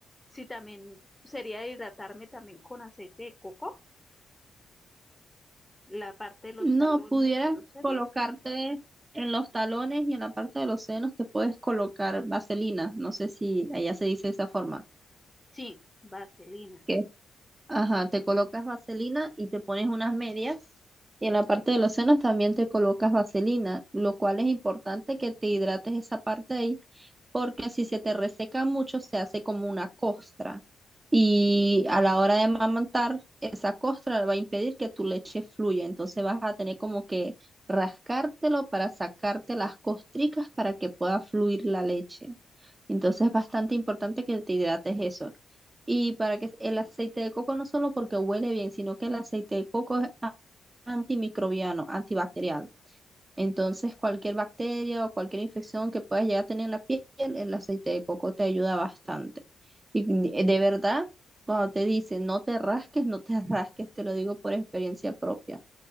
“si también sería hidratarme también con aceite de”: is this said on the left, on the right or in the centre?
Left